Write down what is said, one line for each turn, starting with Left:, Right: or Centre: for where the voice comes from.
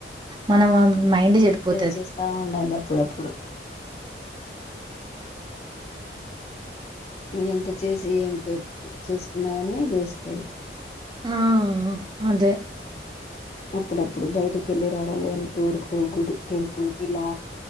Right: మనం మైండ్ చెడిపోతది.
Left: ఎంజాయ్ చేస్తా ఉండాలి అప్పుడప్పుడు ఎంత చేసి ఏం పెట్టి చూసుకున్నాగానే వేస్టే
Right: ఆ అదే
Left: అప్పుడప్పుడు బయటికి వెళ్ళి రావడం ఏదైనా టూర్ కు గుడి టెంపుల్కి ఇలా